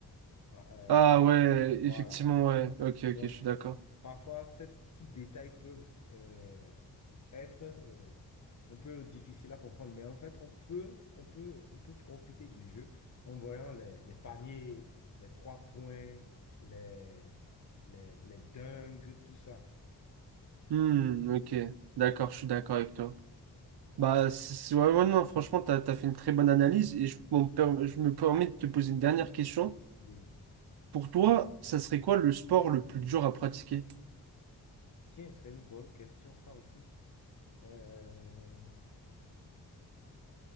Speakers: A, on the left; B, on the right.
A: euh, euh,
B: Ah
A: après,
B: ouais,
A: voilà.
B: effectivement, ouais. Ok, ok,
A: Donc,
B: je suis d'accord.
A: Parfois, ces petits détails peuvent euh, être euh, un peu difficiles à comprendre, mais en fait, on peut, on peut, on peut profiter du jeu en voyant les, les paniers, les trois points, les, les, les dingues, tout ça.
B: Hmm, ok, d'accord, je suis d'accord avec toi.
A: Ouais.
B: Bah, c'est, c'est- ouais, ouais, non, franchement, t'as, t'as fait une très bonne analyse et je, m'en perm- je me permets de te poser une dernière question.
A: Oui.
B: Pour toi, ça serait quoi le sport le plus dur à pratiquer?
A: Tiens, c'est une bonne question, ça aussi. Euh,